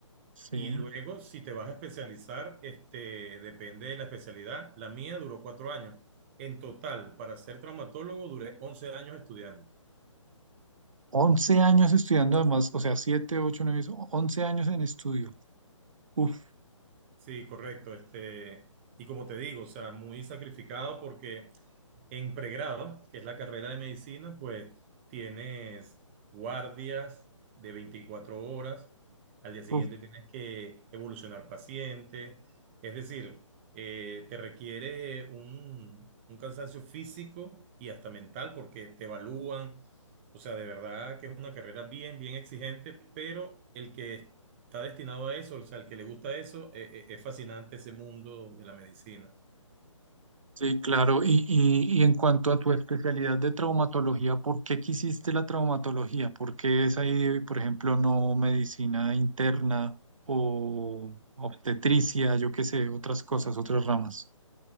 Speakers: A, on the right; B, on the right.
A: sí.
B: y luego si te vas a especializar, este, depende de la especialidad. La mía duró cuatro años. En total, para ser traumatólogo, duré 11 años estudiando.
A: once años estudiando además, o sea, 7, 8, 9, 11 años en estudio. Uf,
B: Sí, correcto. Este, y como te digo, o sea, muy sacrificado porque en pregrado, que es la carrera de medicina, pues tienes guardias de 24 horas, al día siguiente
A: uf.
B: tienes que evolucionar pacientes, es decir, eh, te requiere un, un cansancio físico y hasta mental porque te evalúan, o sea, de verdad que es una carrera bien, bien exigente, pero el que está destinado a eso, o sea, el que le gusta eso, eh, eh, es fascinante ese mundo de la medicina.
A: Sí, claro. Y, y, y en cuanto a tu especialidad de traumatología, ¿por qué quisiste la traumatología? ¿Por qué es ahí, por ejemplo, no medicina interna o obstetricia, yo qué sé, otras cosas, otras ramas?